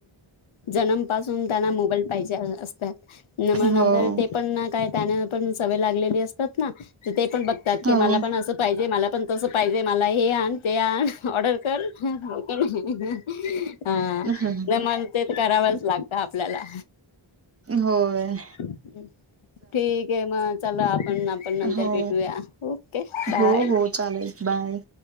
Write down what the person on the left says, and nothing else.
जन्म पासून त्यांना मोबाईल पाहिजे असतात नम मग
नंतर ते पण ना काय त्याना पण सवय लागलेली असतात ना ते पण बघतात
की मला पण असं पाहिजे मला पण तसं पाहिजे मला हे आण ते आण ऑर्डर कर हा
नम मग तेच करावच लागत आपल्याला
<inaudible> ठीक हे मग चला आपण आपण नंतर
भेटूया ओके बाय